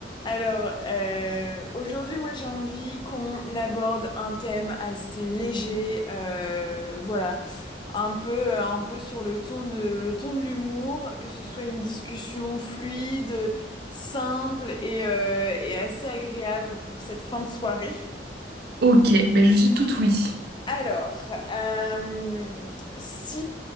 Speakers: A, on the left; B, on the right.
A: Alors, euh, aujourd'hui, moi, j'ai envie qu'on aborde un thème assez léger, euh, voilà, un peu, euh, un peu sur le ton de, le ton de l'humour, que ce soit une discussion fluide, simple et, euh, et assez agréable pour cette fin de soirée.
B: Ok, ben je suis toute oui.
A: Alors, euh, si